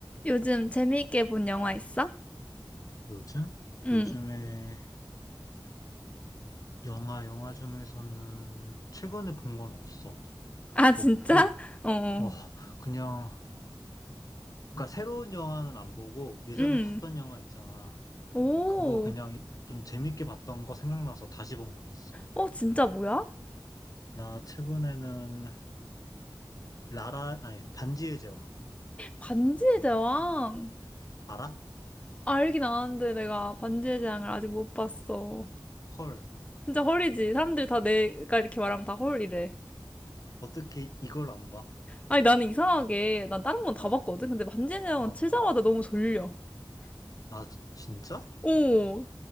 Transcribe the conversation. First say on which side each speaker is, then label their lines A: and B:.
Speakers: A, on the left; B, on the left.
A: 요즘 재미있게 본 영화 있어?
B: 요즘?
A: 응.
B: 요즘에 영화, 영화 중에서는 최근에 본 건 없어.
A: 아, 진짜?
B: 없고,
A: 어.
B: 어, 그냥, 그러니까 새로운 영화는 안 보고 예전에
A: 응.
B: 봤던 영화 있잖아.
A: 오.
B: 그거 그냥 좀 재밌게 봤던 거 생각나서 다시 본 건 있어.
A: 어, 진짜 뭐야?
B: 나 최근에는 라라, 아니, 반지의 제왕.
A: 반지의 제왕.
B: 알아?
A: 알긴 아는데 내가 반지의 제왕을 아직 못 봤어.
B: 헐.
A: 진짜 헐이지. 사람들이 다 내가 이렇게 말하면 다 헐이래.
B: 어떻게 이걸 안 봐?
A: 아니, 나는 이상하게, 난 다른 건 다
B: 어,
A: 봤거든? 근데 반지의 제왕은
B: 어.
A: 치자마자 너무 졸려.
B: 아, 지- 진짜?
A: 오,